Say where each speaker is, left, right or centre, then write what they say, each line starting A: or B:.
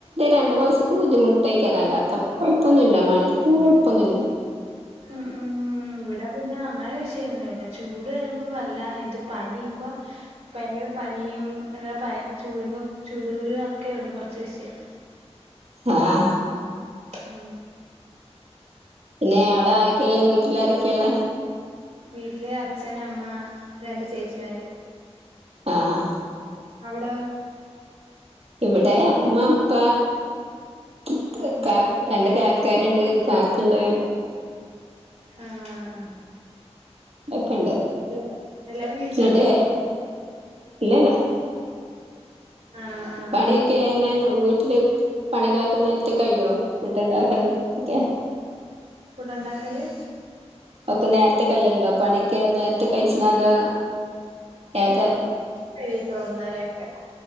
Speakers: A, on the right (about 65°); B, on the right (about 90°).
A: രണ്ടു മാസക്ക ബുദ്ധിമുട്ടായി തരാ അല്ലാത്തപ്പ കൊഴപ്പൊന്നുമില്ല മഴത്ത കൊഴപ്പൊന്നുമില്ല
B: ഉം ഉം ഇവിടെ പിന്നെ അങ്ങനെ വിഷയംൊന്നുമല്ല ചൂട് വരുമ്പോ വല്ല ഇത് പനി ഇപ്പൊ ഭയങ്കര പനിയും ചൂടിന്റെ ചൂടരു ഒക്കെ ഉണ്ട് കുറച്ച് വിഷയം
A: ആഹ
B: ഉം
A: പിന്നെ എവിടെ ആരൊക്കെയ ഉള്ള വീട്ടിൽാരൊക്കെയ ഉള്ള
B: വീട്ടില് അച്ഛൻ, അമ്മ, രണ്ട് ചേച്ചിമാര്
A: ആഹ്
B: അവിടോ
A: ഇവിടെ അമ്മ, അപ്പ ഇക്ക
B: ഉം
A: രണ്ട് കക്ക് ആൾക്കാരുണ്ട് താഴത്തുണ്ട്
B: ആഹ ആഹ്
A: ഒക്കെണ്ട്
B: ഇല്ല എല്ലാരും വിളിച്ചോ
A: എന്നിട്ടേ ഇല്ലല്ല
B: ആഹ് ആഹ്
A: പണിയൊക്കെ എങ്ങനെ വീട്ടില് പണികളൊക്കെ നേരത്തെ കഴിയോ ഫുഡ്ുണ്ടാക്കണം ഒക്കെ
B: ഫുഡ ഉണ്ടാക്കല്
A: ഒക്കെ നേരത്തെ കയ്യലുണ്ടോ പണി ക്കന്നെ ത്തെ കയിച്ചനത് ഏത്
B: കഴിയതൊന്നരയക്കെ